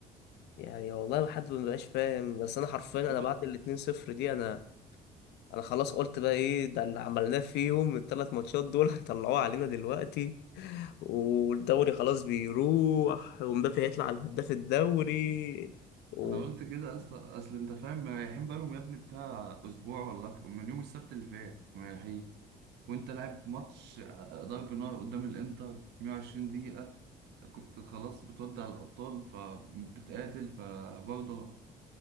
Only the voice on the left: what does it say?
يعني والله حد ما بقاش فاهم بس انا حرفيا
انا بعد الاتنين صفر دي انا انا خلاص قلت بقى ايه ده اللي عملناه فيهم الثلاث ماتشات دول <laughs> هيطلعوه علينا دلوقتي والدوري خلاص بيروح ومبابي هيطلع على هداف الدوري و...